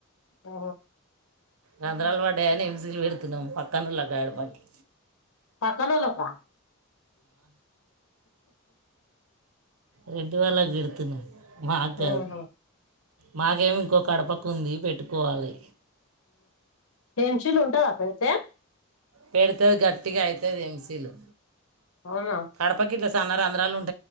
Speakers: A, on the left; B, on the right.
A: ఓ...
B: రంధ్రాల్ పడ్డాయని ఎంసీల్ పెడ్తున్నము పక్కనోల్ల గడపకి
A: పక్కనోళ్ళక
B: రెడ్డి వాళ్లక్ పెడుతున్నాం మాక్ గాదు
A: ఆహా
B: మాకేమో ఇంకో కడపక్ ఉంది పెట్టుకోవాలి.
A: ఏం సీల్ ఉంటద పెడ్తే
B: పెడ్తే గట్టిగయితది ఎంసీలు
A: అవునా
B: కడపకి సన్న రంధ్రాలుం